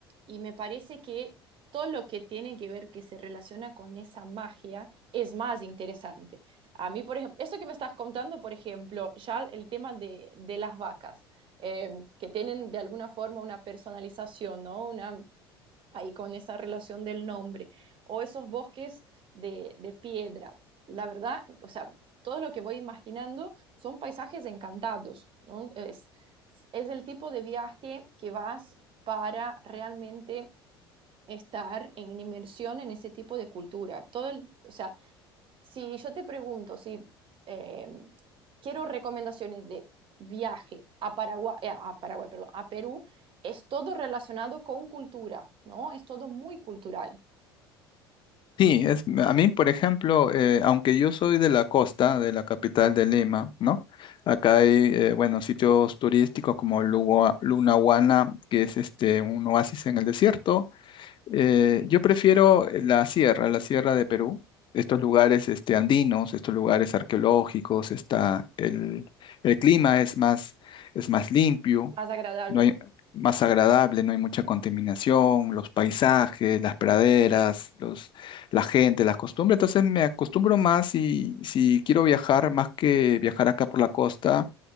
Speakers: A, on the right; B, on the left.
A: y me parece que todo lo que tiene que ver que se relaciona con esa magia es más interesante. A mí, por ejemplo, eso que me estás contando, por ejemplo, ya el tema de, de las vacas, eh, que tienen de alguna forma una personalización, ¿no? Una ahí con esa relación del nombre, o esos bosques de, de piedra. La verdad, o sea, todo lo que voy imaginando son paisajes encantados, ¿no? Es, es el tipo de viaje que vas para realmente estar en inmersión en ese tipo de cultura. Todo el, o sea, si yo te pregunto si eh, quiero recomendaciones de viaje a Paraguay, eh, a Paraguay, perdón, a Perú, es todo relacionado con cultura, ¿no? Es todo muy cultural.
B: Sí, es, a mí, por ejemplo, eh, aunque yo soy de la costa, de la capital de Lima, ¿no? Acá hay, eh, bueno, sitios turísticos como Lugua- Lunahuana, que es este, un oasis en el desierto, eh, yo prefiero la sierra, la sierra de Perú, estos lugares este, andinos, estos lugares arqueológicos, está el, el clima es más, es más limpio,
A: Más agradable.
B: no hay, más agradable, no hay mucha contaminación, los paisajes, las praderas, los, la gente, las costumbres. Entonces me acostumbro más y si quiero viajar, más que viajar acá por la costa,